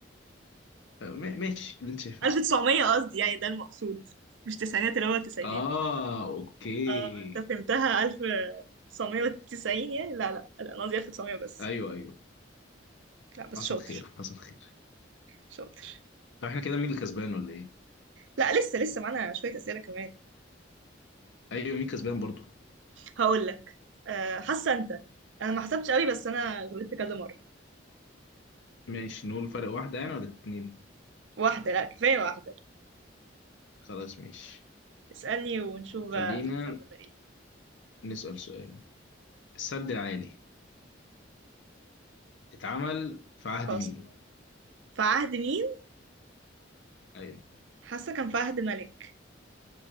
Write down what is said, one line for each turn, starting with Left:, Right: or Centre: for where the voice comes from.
Left: آه، ما- ماشي اللي أنت شايفه
Right: 1900 قصدي يعني ده المقصود مش تسعينات اللي هو تسعينات
Left: آه أوكي
Right: اه انت فهمتها 1990 يعني لا لا لا انا قصدي 1900 بس
Left: أيوه أيوه
Right: لا بس
Left: حصل
Right: شاطر
Left: خير حصل خير
Right: شاطر
Left: طب إحنا كده مين اللي كسبان ولا إيه؟
Right: لا لسه لسه معانا شوية أسئلة كمان
Left: ايوه مين كسبان برضو
Right: هقول لك آه، حاسة انت انا ما حسبتش قوي بس انا غلطت كذا مرة
Left: ماشي نقول فرق واحدة يعني ولا اتنين
Right: واحدة لا كفاية واحدة
Left: خلاص ماشي
Right: اسألني ونشوف
Left: خلينا
Right: بقى هكسب ولا ايه
Left: نسأل سؤال السد العالي اتعمل في عهد
Right: فأسوان
Left: مين
Right: في عهد مين
Left: ايوه
Right: حاسه كان فهد ملك